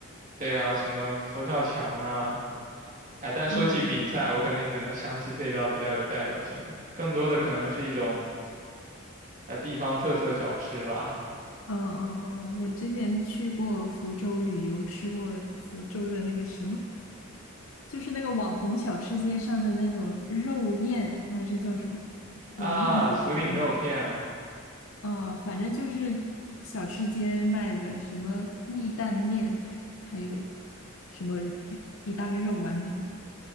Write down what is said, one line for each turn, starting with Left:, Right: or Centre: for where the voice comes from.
Right: 对啊，什么佛跳墙啊，哎，但说起闽菜，
Left: 嗯嗯
Right: 我可能也只能想起这一道比较有代表性的，更多的可能是一种呃地方特色小吃吧。
Left: 嗯嗯嗯，我之前去过福州旅游，吃过福州的那个什么，就是那个网红小吃街上的那种肉燕，还是叫什么？那燕子的燕那个，
Right: 啊，福鼎肉片嘛。
Left: 呃，反正就是小吃街卖的什么意蛋面，还有什么一一大个肉丸那种。